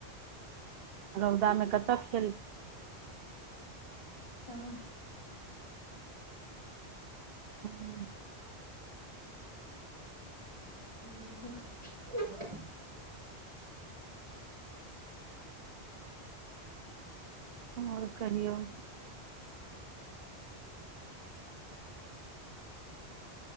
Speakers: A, on the right; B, on the right.
A: रौदा में कतऽ खेल
B: हूं।
A: हू <inaudible>
B: ठीक <unintelligible> आ <inaudible>
A: और कहियौ।